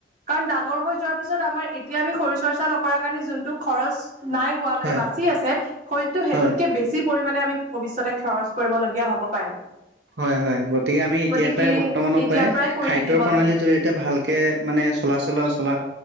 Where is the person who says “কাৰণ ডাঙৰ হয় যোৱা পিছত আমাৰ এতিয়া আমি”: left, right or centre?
Right